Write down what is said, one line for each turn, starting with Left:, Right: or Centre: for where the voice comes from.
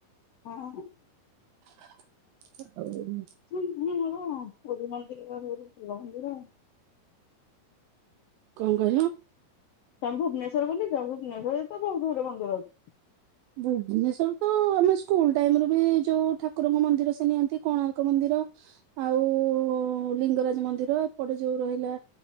Left: ହଁ।
Right: <unintelligible>
Left: <unintelligible>
Right: କଣ କହିଲ?
Left: ତମେ ଭୁବନେଶ୍ୱର ବୁଲିଚ ଭୁବନେଶ୍ୱରରେ ତ ବହୁତ ଗୁଡ଼େ ମନ୍ଦିର ଅଛି।
Right: ଭୁବନେଶ୍ଵର ତ ଆମେ ସ୍କୁଲ ଟାଇମ୍ ରେ ବି ଯୋଉ ଠାକୁରଙ୍କ ମନ୍ଦିର ସେ ନିଅନ୍ତି କୋଣାର୍କ ମନ୍ଦିର। ଆଉ ଲିଙ୍ଗରାଜ ମନ୍ଦିର ଏପଟେ ଯୋଉ ରହିଲା